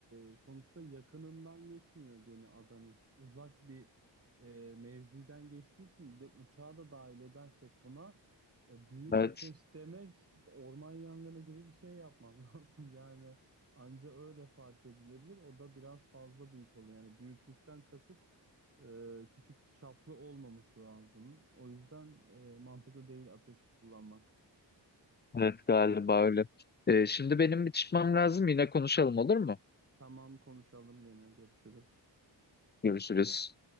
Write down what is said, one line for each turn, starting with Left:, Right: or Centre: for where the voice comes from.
Right: e, sonuçta yakınından geçmiyor gemi adanın. Uzak bir e, mevziden geçtiği için bir de uçağı da dahil edersek buna e, büyük
Left: Evet.
Right: ateş demek orman yangını gibi bir şey yapman <laughs> lazım. Yani anca öyle fark edilebilir. O da biraz fazla büyük oluyor. Yani büyüklükten kasıt e, küçük çaplı olmaması lazım. O yüzden e, mantıklı değil ateş kullanmak.
Left: Evet galiba öyle. Ee, şimdi benim bir çıkmam lazım. Yine konuşalım olur mu?
Right: Tamam konuşalım gene görüşürüz.
Left: Görüşürüz.